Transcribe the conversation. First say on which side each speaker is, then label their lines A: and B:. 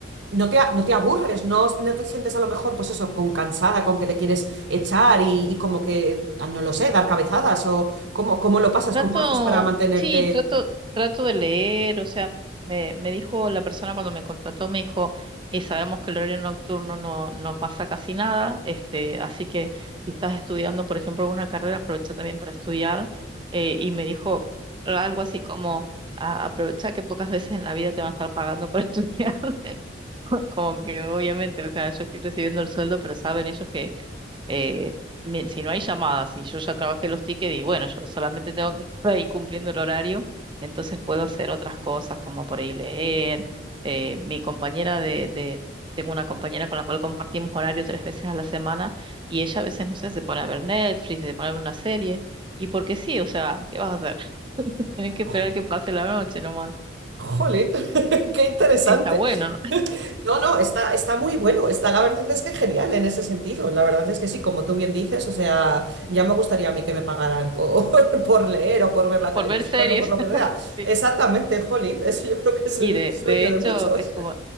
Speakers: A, on the right; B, on the right.
A: no te, a- no te aburres, no, no te sientes a lo mejor, pues eso, con cansada, con que te quieres echar y, y como que, ah, no lo sé, dar cabezadas o cómo, cómo lo pasas,
B: Trato,
A: cómo haces para mantenerte.
B: sí, trato, trato de leer, o sea, me, me dijo la persona cuando me contrató, me dijo, "Eh, sabemos que el horario nocturno no, no pasa casi nada, este, así que si estás estudiando, por ejemplo, una carrera, aprovecha también para estudiar, eh, y me dijo algo así como, "A- aprovecha que pocas veces en la vida te van a estar pagando por <laughs> estudiar, co- como que obviamente, o sea, yo estoy recibiendo el sueldo, pero saben ellos que eh, me- si no hay llamadas y yo ya trabajé los tickets y bueno, yo solamente tengo que estar ahí cumpliendo el horario, entonces puedo hacer otras cosas como por ahí leer. Eh, mi compañera de, de, tengo una compañera con la cual compartimos horario tres veces a la semana y ella a veces, no sé, se pone a ver Netflix, se pone a ver una serie y porque sí, o sea, ¿qué vas a hacer? <laughs> Tenés que esperar
A: Oh,
B: que pase la noche nomás.
A: jolín, <laughs> qué interesante.
B: Está bueno, ¿no?
A: No, no, está, está muy bueno, está la verdad es que genial en ese sentido. La verdad es que sí, como tú bien dices, o sea, ya me gustaría a mí que me pagaran por, <laughs> por leer o por
B: <laughs>
A: ver la
B: Por
A: televisión
B: ver series.
A: o por lo
B: <laughs>
A: que sea. Exactamente, jolín, eso yo creo que es el
B: Y de,
A: sueño
B: de hecho
A: de muchos.
B: es como,